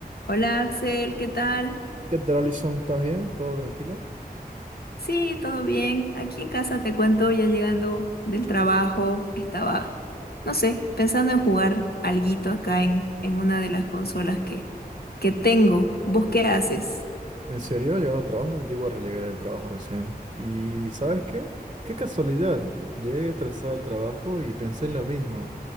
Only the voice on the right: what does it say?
¿Qué tal, Alison? ¿Estás bien? ¿Todo tranquilo?
¿En serio? Llegando al trabajo. Yo igual llegué del trabajo recién. ¿Y sabes qué? Qué casualidad. Llegué estresado al trabajo y pensé en lo mismo.